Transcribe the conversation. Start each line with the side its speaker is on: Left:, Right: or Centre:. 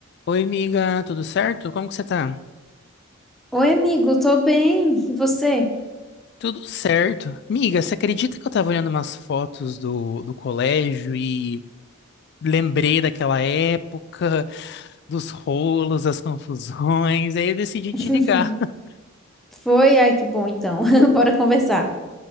Left: Oi, amiga, tudo certo? Como que você tá?
Centre: Oi, amigo, tô bem. E você?
Left: Tudo certo. Miga, você acredita que eu tava olhando umas fotos do, do colégio e lembrei daquela época, dos rolos, das confusões, aí eu decidi
Centre: <laughs>
Left: te ligar. <laughs>
Centre: Foi? Ai, que bom então. <laughs> Bora conversar.